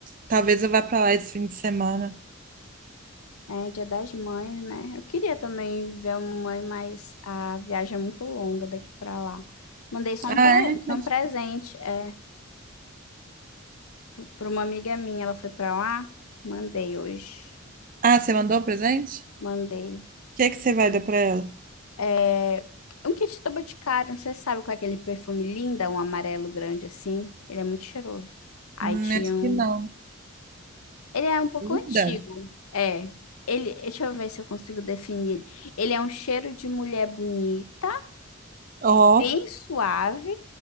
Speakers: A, on the right; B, on the left.
A: talvez eu vá pra lá esse fim de semana.
B: É Dia das Mães, né? Eu queria também ver a mãe, mas a viagem é muito longa daqui pra lá. Mandei só um,
A: Ah,
B: pre...
A: é? Quanto-
B: um presente, é, p- pra uma amiga minha, ela foi pra lá. Mandei hoje.
A: Ah, você mandou o presente? O
B: Mandei.
A: que que você vai dar pra ela?
B: É... Um kit da Boticário, você sabe qual é aquele perfume linda, um amarelo grande assim? Ele é muito cheiroso. Aí
A: Hum,
B: tinham
A: acho que não.
B: Ele é um pouco
A: Linda.
B: antigo. É. Ele, deixa eu ver se eu consigo definir ele. Ele é um cheiro de mulher bonita,
A: Ó.
B: bem suave,